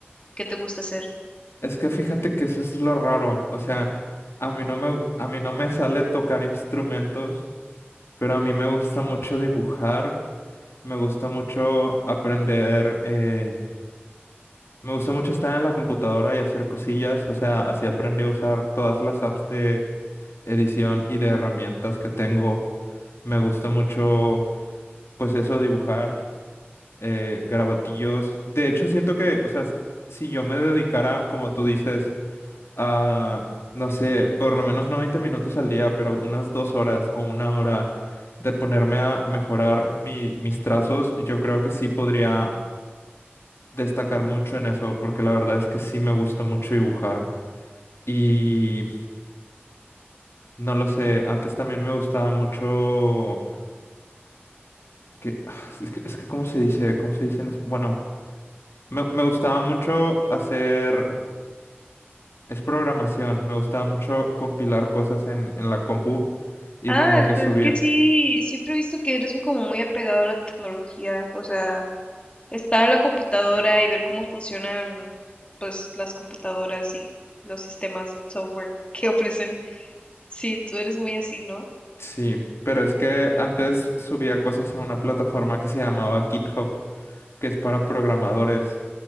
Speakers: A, on the left (about 25°); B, on the left (about 80°).
A: ¿Qué te gusta hacer?
B: Es que fíjate que eso es lo raro, o sea, a mí no me, a mí no me sale tocar instrumentos, pero a mí me gusta mucho dibujar, me gusta mucho aprender, eh, Me gustó mucho estar en la computadora y hacer cosillas, o sea, así aprendí a usar todas las apps de edición y de herramientas que tengo. Me gusta mucho, pues eso, dibujar, eh, garabatillos. De hecho, siento que, o sea, s- si yo me dedicara, como tú dices, a, no sé, por lo menos no 20 minutos al día, pero unas dos horas o una hora de ponerme a mejorar mi- mis trazos, yo creo que sí podría destacar mucho en eso, porque la verdad es que sí me gusta mucho dibujar. Y no lo sé, antes también me gustaba mucho que ah, es que, es que ¿cómo se dice? ¿Cómo se dice? en es- Bueno, me, me gustaba mucho hacer es programación, me gustaba mucho compilar cosas en en la compu y
A: Ah,
B: como que
A: pero
B: subía
A: es que sí, siempre he visto que eres como muy apegado a la tecnología, o sea, estar en la computadora y ver cómo funcionan, pues, las computadoras y los sistemas software <laughs> que ofrecen. Sí, tú eres muy así, ¿no?
B: Sí, pero es que antes subía cosas a una plataforma que se llamaba GitHub, que es para programadores.